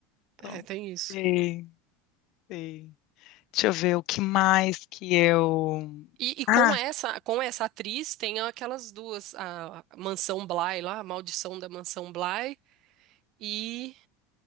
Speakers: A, on the left (about 55°); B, on the right (about 55°).
A: Então,
B: é, tem isso.
A: sim, sim. Deixa eu ver o que mais que eu.
B: E, e com
A: Ah,
B: essa, com essa atriz tem aquelas duas, a Mansão Bly lá, a Maldição da Mansão Bly e,